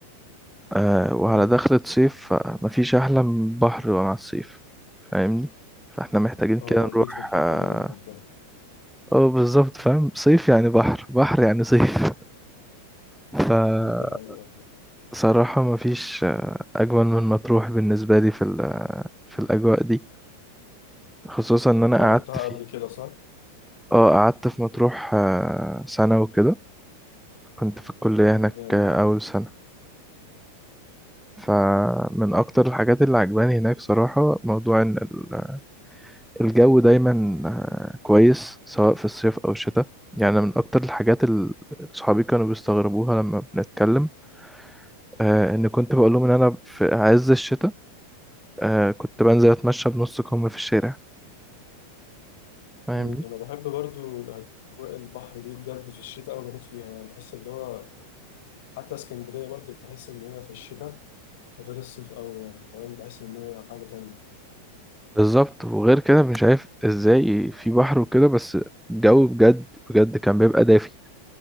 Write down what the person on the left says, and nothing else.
قول
لي.
اه
جيت في الحتة
اللي أنا بحبها
دي حقيقة
أنت رحتها
قبل كده صح؟
يبقى
جامد
والله
مم. أنا بحب برضو الأجواء البحر دي بجد في الشتاء أوي بموت فيها يعني بحس اللي هو حتى اسكندرية برضو بحس إن هي في الشتاء غير الصيف أوي يعني فاهم بحس إن هي حاجة تانية